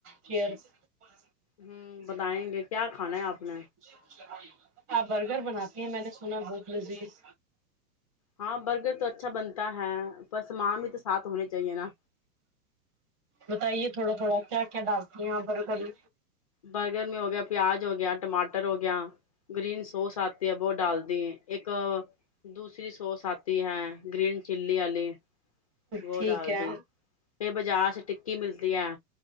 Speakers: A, on the right; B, on the left.
A: شئر <unintelligible>
B: ہوں بتائیں گے کیا کھانا ہے آپ نے
A: گھر بناتی ہیں میں نے سنا بہت لذیذ
B: ہاں برگر تو اچھا بنتا ہے پر سامان بھی تو ساتھ ہونے چاہیے نا
A: بتائیے تھوڑا تھوڑا <unintelligible> کیا کیا دس دی ہ پروں کبھی
B: برگر میں ہو گیا پیاز ہو گیا ٹماٹر ہو گیا گرینس سوس آتی ہے وہ ڈال دی ایک دوسری کو ساتھ <unintelligible> ہے گرین چلی والی وہ
A: ٹھیک
B: ڈال
A: ہے
B: دی پھر بازار سے کی ملتی ہے